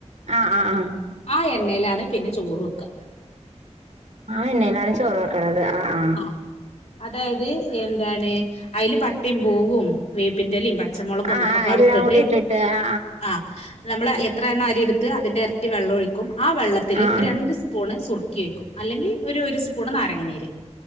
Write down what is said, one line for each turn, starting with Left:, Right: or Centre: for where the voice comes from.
Right: ആഹ് ആഹ് ആഹ്
Left: ആ എണ്ണയിലാണ് പിന്നെ ചോറ് വെക്കുക
Right: ആ എണ്ണയിലാണ് ചോറ് വയ്ക്കുന്നത് ആ ആ
Left: ആഹ് അതായത് എന്താണ് അതിൽ പട്ടയും പോവുംവും വേപ്പിൻറലയും പ പച്ചമുളകും
Right: ആ
Left: ഒക്കെ
Right: ആ
Left: പടുത്തിട്ട്
Right: എല്ലാം കൂടി ഇട്ടിട്ട് ആ
Left: ആ നമ്മള് എത്ര എണ്ണം അരി എടുത്ത് അതിന്റെ ഇരട്ടി വെള്ളം ഒഴിക്കും ആ വെള്ളത്തില്ൽ
Right: ആ ആ
Left: ഒരു രണ്ട് സ്പൂണ് സുറുക്കി വയ്ക്കും അല്ലെങ്കിൽ ഒരു ഒരു സ്പൂണ് നാരങ്ങനീര്